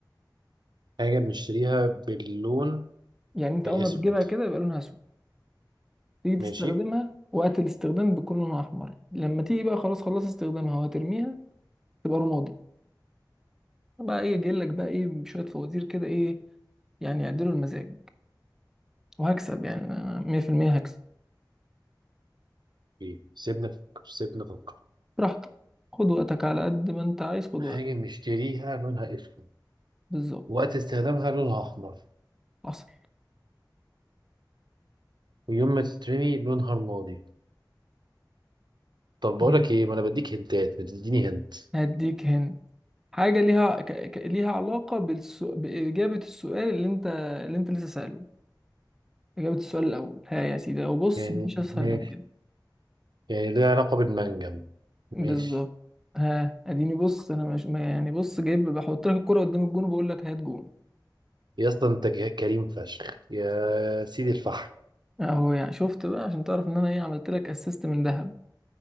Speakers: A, on the right; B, in the centre.
A: حاجة بنشتريها باللون
B: يعني انت
A: الأسود
B: اول ما بتجيبها كده يبقى لونها اسود تيجي تستخدمها
A: ماشي
B: وقت الاستخدام بيكون لونها احمر لما تيجي بقى خلاص خلص استخدامها وهترميها تبقى رمادي بقى ايه جاي لك بقى ايه شوية فوازير كده ايه يعني يعدلوا المزاج وهكسب يعني أنا 100% هكسب
A: ايه سيبنا نفكر سيبنا نفكر
B: براحتك خد وقتك على قد ما انت عايز خد
A: حاجة
B: وقتك
A: بنشتريها لونها اسود
B: بالظبط
A: وقت استخدامها لونها احمر
B: حصل
A: ويوم ما تترمي لونها رمادي طب بقولك
B: تمام.
A: ايه ما انا بديك هنتات ما تديني هنت
B: هديك هند حاجة ليها ك... ك... ليها علاقة بالسو... بإجابة السؤال اللي انت اللي انت لسه سأله إجابة السؤال الأول ها يا سيدي وبص
A: يعني
B: مفيش أسهل
A: ماشي
B: من كده
A: يعني ليها علاقة بالمنجم
B: بالظبط
A: ماشي
B: ها اديني بص انا مش ما يعني بص جايب بحط لك الكرة قدام الجون وبقول لك هات جون
A: يا اسطى انت ك- كريم فشخ يا سيدي الفحم
B: اهو يعني شفت بقى عشان تعرف ان انا ايه عملت لك اسيست من ذهب